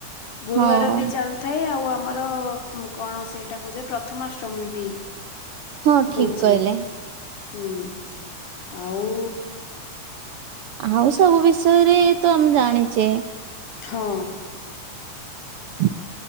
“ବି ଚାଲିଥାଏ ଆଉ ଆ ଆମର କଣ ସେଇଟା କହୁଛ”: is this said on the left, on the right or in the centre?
Left